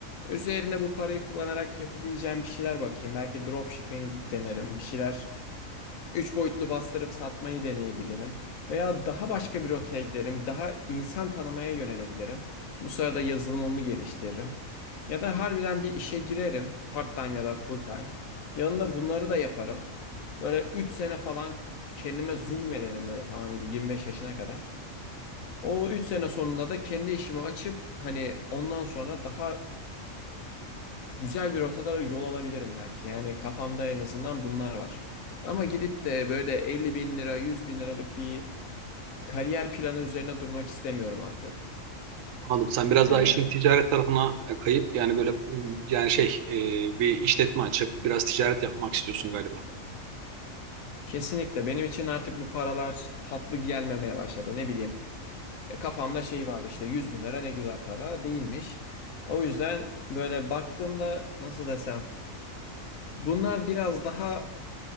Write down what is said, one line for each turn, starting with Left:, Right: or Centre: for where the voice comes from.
Left: Üzerine bu parayı kullanarak yapabileceğim bir şeyler bakayım. Belki dropshipping denerim. Bir şeyler Üç boyutlu bastırıp satmayı deneyebilirim. Veya daha başka bir rotaya giderim. Daha insan tanımaya yönelebilirim. Bu sırada yazılımımı geliştiririm. Ya da harbiden bir işe girerim. Part time ya da full time. Yanında bunları da yaparım. Böyle 3 sene falan kendime zulmederim böyle tamamıyla 25 yaşına kadar. O 3 sene sonunda da kendi işimi açıp hani ondan sonra daha güzel bir rotalara yol alabilirim belki. Yani kafamda en azından bunlar var. Ama gidip de böyle 50 bin lira, 100 bin liralık bir kariyer planı üzerine durmak istemiyorum artık.
Right: anladım. Sen biraz
Left: Yani
Right: daha işin ticaret tarafına e, kayıp yani böyle m, yani şey e, bir işletme açıp biraz ticaret yapmak istiyorsun galiba.
Left: kesinlikle benim için artık bu paralar tatlı gelmemeye başladı. Ne bileyim e, kafamda şey vardı işte 100 bin lira ne güzel para değilmiş. O yüzden böyle baktığımda nasıl desem bunlar biraz daha